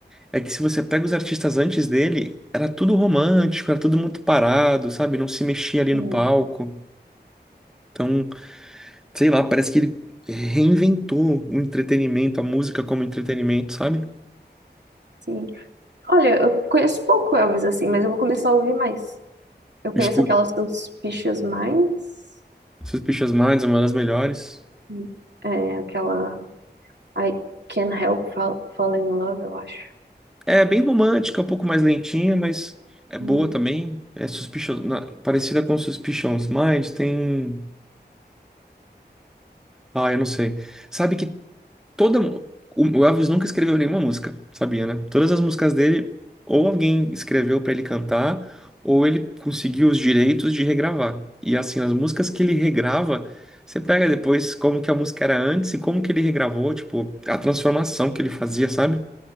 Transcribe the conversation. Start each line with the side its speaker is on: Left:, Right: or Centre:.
Centre: é que se você pega os artistas antes dele, era tudo romântico, era tudo muito parado, sabe? Não se mexia ali
Right: Hum,
Centre: no palco. Então. sei lá, parece que ele reinventou o entretenimento, a música como entretenimento, sabe?
Right: Sim. Olha, eu conheço pouco Elvis assim, mas eu vou começar a ouvir mais. Eu conheço
Centre: Escuta,
Right: aquela Suspicious Minds,
Centre: Suspicious Minds é uma das melhores.
Right: Hum. é, aquela I Can't Help Fall, Fall in Love, eu acho.
Centre: É bem romântica, um pouco mais lentinha, mas é boa
Right: Hum.
Centre: também. É Suspicious, na- parecida com Suspicious Minds, tem. Ah, eu não sei. Sabe que toda. O o Elvis nunca escreveu nenhuma música, sabia, né? Todas as músicas dele, ou alguém escreveu pra ele cantar, ou ele conseguiu os direitos de regravar. E assim, as músicas que ele regrava, você pega depois como que a música era antes e como que ele regravou, tipo, a transformação que ele fazia, sabe?